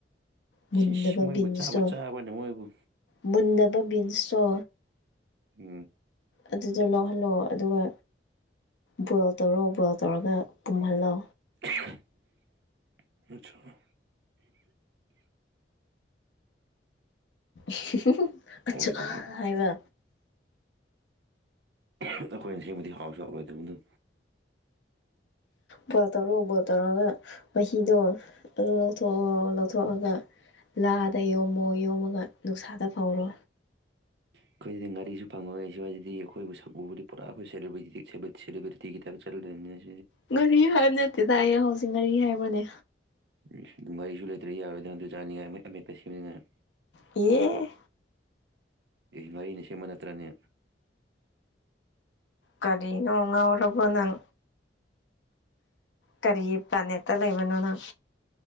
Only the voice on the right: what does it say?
ꯏꯁ ꯃꯣꯏꯕꯨ
ꯆꯥꯕꯨ ꯆꯥꯕ꯭ꯔꯣꯅꯦ ꯃꯣꯏꯕꯨ
ꯑꯝ
<unintelligible>
ꯑꯣꯏꯗꯨꯕ
ꯑꯩꯈꯣꯏꯅ ꯁꯦꯝꯕꯗꯤ ꯍꯥꯎꯁꯨ ꯍꯥꯎꯔꯣꯏꯗꯕꯗꯨ
ꯑꯩꯈꯣꯏꯁꯤꯗ ꯉꯥꯔꯤꯁꯨ ꯐꯪꯉꯣꯏ ꯁ꯭ꯋꯥꯏꯗꯗꯤ ꯑꯩꯈꯣꯏꯕꯨ ꯁꯛ ꯎꯕꯗꯤ ꯄꯨꯔꯥ ꯑꯩꯈꯣꯏ ꯁꯤꯂꯦꯕ꯭ꯔꯤꯇꯤꯒꯤ ꯇꯥꯏꯞ ꯆꯠꯂꯗꯣꯏꯅꯤ
ꯏꯁ ꯉꯥꯔꯤꯁꯨ ꯂꯩꯇ꯭ꯔꯦ ꯌꯥꯔꯣꯏꯗ꯭ꯔꯅ ꯑꯗꯨ ꯆꯥꯅꯤꯡꯉꯥꯏ ꯑꯃꯦꯠꯄ ꯁꯦꯝꯅꯤꯡꯉꯥꯏ
ꯑꯦ ꯉꯥꯔꯤꯅ ꯁꯦꯝꯕ ꯅꯠꯇ꯭ꯔꯅꯦ